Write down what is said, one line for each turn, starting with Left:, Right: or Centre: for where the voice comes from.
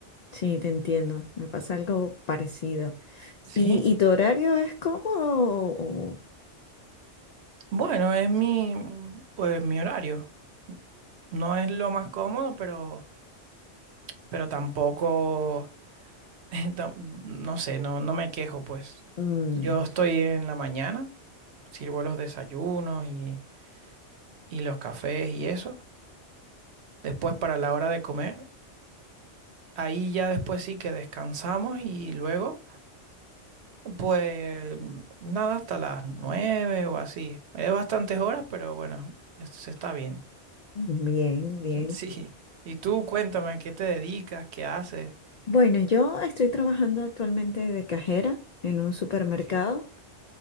Left: sí, te entiendo, me pasa algo parecido.
Right: Sí,
Left: ¿Y, y tu horario es cómodo o-
Right: bueno, es mi, pues mi horario. No es lo más cómodo, pero, pero tampoco, <laughs> tam- no sé, no, no me quejo, pues.
Left: o- mm,
Right: Yo estoy en la mañana, sirvo los desayunos y, y los cafés y eso. Después para la hora de comer, ahí ya después sí que descansamos y luego, pues nada, hasta las nueve o así. Es bastantes horas, pero bueno, es- se está bien.
Left: bien, bien.
Right: Sí. Y tú cuéntame, ¿a qué te dedicas? ¿Qué haces?
Left: Bueno, yo estoy trabajando actualmente de cajera en un supermercado.
Right: Ok,